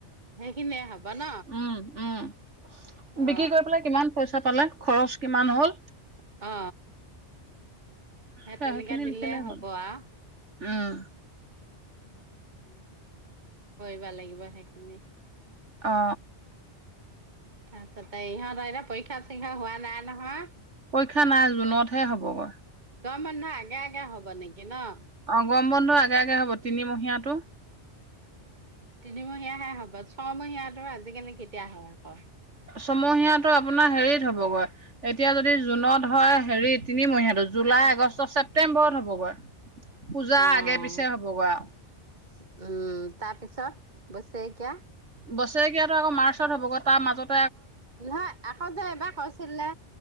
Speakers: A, on the right; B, on the right.
A: সেইখিনিয়ে হ'ব ন
B: উম উম
A: অ
B: বিক্ৰী কৰি পেলাই কিমান পইচা পালে। খৰচ কিমান হ'ল।
A: অ সেই
B: সেইখিনি
A: তেনেকে দিলে
B: লিখিলেই
A: হ'ব
B: হ'ল
A: আ
B: উম
A: <unintelligible> কৰিব লাগিব সেইখিনি।
B: অ
A: <unintelligible> ইহঁত পৰীক্ষা চৰীক্ষা হোৱা নাই নহয়
B: পৰীক্ষা নাই জুনতহে হ'বগৈ।
A: গৰম বন্ধ আগে আগে হ'ব নে কিনক
B: অ গৰম বন্ধ আগে আগে হ'ব তিনিমহীয়াটো
A: তিনিমহীয়াহে হব ছয়মহীয়াটো আজিকালি কেতিয়া হয় আকৌ।
B: ছমহীয়াটো আপোনাৰ হেৰিত হ'বগৈ এতিয়া যদি জুনত হয়, হেৰি তিনিমহীয়াটো জুলাই, আগষ্ট, ছেপ্তেম্বৰত হ'বগৈ। পূজা
A: অ উম
B: আগে পিছে হ'বগৈ
A: তাৰপিছত
B: আৰু
A: চব বছৰেকীয়া
B: বছৰেকীয়াটো আকৌ মাৰ্চত হ'বগৈ তাৰ মাজত
A: নহয় আকৌ যে এবাৰ কৈছিলে